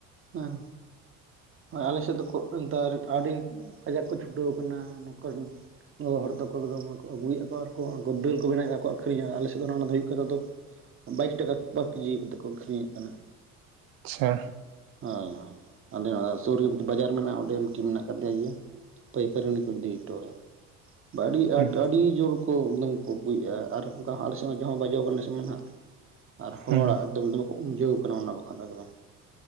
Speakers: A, on the right; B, on the right.
A: ᱦᱮᱸ᱾ ᱦᱳᱭ ᱟᱞᱮᱥᱮᱫ ᱫᱚ ᱟᱴ ᱮᱱᱛᱟᱨ ᱟᱹᱰᱤ ᱠᱟᱡᱟᱠ ᱠᱚ ᱪᱷᱩᱴᱟᱹᱣ ᱟᱠᱟᱱᱟ ᱱᱚᱱᱠᱟᱱ <unintelligible> ᱵᱟᱭᱤᱥ ᱴᱟᱠᱟ ᱯᱟᱨ ᱠᱮᱡᱤ ᱠᱟᱛᱮᱫᱜ ᱠᱚ ᱟᱹᱠᱷᱨᱤᱧᱮᱫ ᱠᱟᱱᱟ᱾
B: ᱟᱪᱪᱷᱟ᱾
A: ᱦᱳᱭ ᱦᱳᱭ ᱟᱞᱮ ᱚᱲᱟᱜ ᱥᱳᱨ ᱨᱮᱜᱮ ᱢᱤᱫᱴᱤ ᱵᱟᱡᱟᱨ ᱢᱮᱱᱟᱜᱼᱟ ᱚᱸᱰᱮ ᱢᱤᱫᱴᱤ ᱢᱮᱱᱟᱜ ᱟᱠᱟᱫᱮᱭᱟ ᱤᱭᱟᱹ ᱯᱟᱹᱭᱠᱟᱹᱨ ᱩᱱᱤ ᱠᱚ ᱤᱫᱤ ᱦᱚᱴᱚ ᱟᱭᱟ᱾ ᱵᱟ ᱟᱹᱰᱤ
B: ᱦᱩᱸ
A: ᱟᱸᱴ ᱟᱹᱰᱤ ᱡᱳᱨ ᱠᱚ ᱩᱰᱟᱹᱝ ᱠᱚ ᱟᱹᱜᱩᱭᱮᱫᱼᱟ ᱟᱨ ᱚᱱᱠᱟ ᱦᱚᱸ ᱟᱞᱮ ᱥᱮᱫ ᱢᱟ ᱡᱚ ᱦᱚᱸ ᱵᱟᱣ ᱡᱚ ᱠᱟᱱ ᱱᱮᱥᱢᱟ ᱦᱟᱸᱜ᱾ ᱟᱨ ᱦᱚᱲᱟᱜ
B: ᱦᱩᱸ
A: ᱫᱚᱢ ᱫᱚᱢᱮ ᱠᱚ ᱩᱢᱡᱟᱣ ᱠᱟᱱᱟ ᱚᱱᱟ ᱵᱟᱠᱷᱨᱟ ᱮᱠᱫᱚᱢ᱾